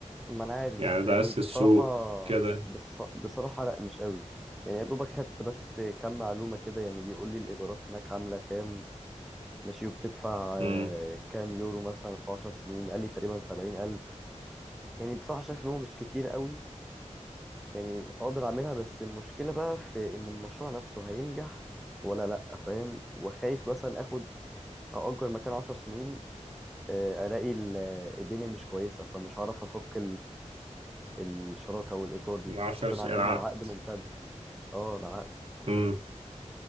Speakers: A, in the centre; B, on the right.
A: ما انا عارف
B: يعني
A: بس
B: درست
A: يعني بصراحة
B: السوق كده
A: بص... بصراحة لا مش قوي يعني يا دوبك خدت بس كام معلومة كده يعني بيقول لي الإيجارات هناك عاملة كام ماشي وبتدفع
B: امم
A: آه، كام يورو مثلا في 10 سنين قال لي تقريبا 70,000 يعني بصراحة شايف إن هو مش كتير قوي يعني أقدر أعملها بس المشكلة بقى في إن المشروع نفسه هينجح ولا لأ فاهم وخايف مثلا آخد أأجر مكان 10 سنين آه، ألاقي ال- الدنيا مش كويسة فمش هعرف أفك الشراكة والإيجار دي
B: العشر
A: عشان
B: سنين
A: أعملها
B: العقد
A: بعقد ممتد اه ده عقد
B: امم